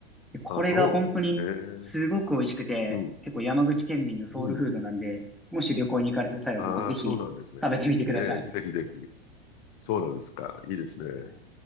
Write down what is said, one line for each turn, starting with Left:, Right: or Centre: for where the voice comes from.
Centre: で、これが本当にすごく美味しくて、
Left: あ、そう。ええ、うん、
Centre: 結構山口県民のソウルフードなんで、
Left: うん。
Centre: もし旅行に行かれた際は本当ぜひ食べてみてください。
Left: ああ、そうなんですね。ええ、ぜひぜひ。そうなんですか。いいですね。
Centre: はい